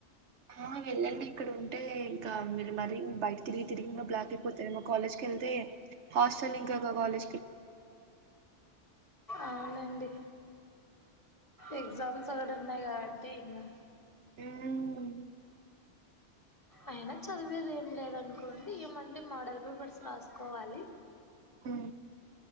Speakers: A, on the right (about 75°); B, on the left (about 15°).
A: ఆ వెళ్ళండి ఇక్కడ ఉంటే ఇంకా మీరు మరీ బయట తిరిగి తిరిగి బ్లాక్ అయిపోతారు మా కాలేజ్కివెళ్తే హాస్టల్ ఇంకా కాలేజ్
B: అవునండి ఎగజామ్స్గడన్నాయి కాబట్టి ఇంగా
A: హ్
B: అయినా చదివేది ఏం లేదనుకోండి ఏమంటే మోడల్ పేపర్స్ రాసుకోవాలి.
A: హ్